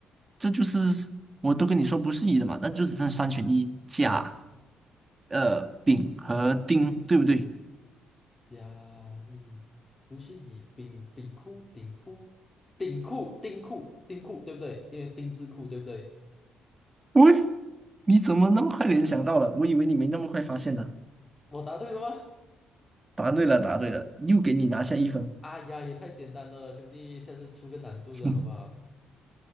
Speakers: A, on the right; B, on the left.
A: 这就是我都跟你说不是一了嘛，那就只剩三选一，甲、呃、丙和丁，对不对？
B: 甲乙不是乙，丙丙酷丁酷丁酷丁酷丁酷，对不对？因为丁字裤，对不对？
A: 喂，你怎么那么快联想到了？我以为你没那么快发现呢。
B: 我答对了吗？
A: 答对了，答对了，又给你拿下一分。
B: 哎呀，也太简单了，兄弟，下次出个难度的好不好？
A: <laughs>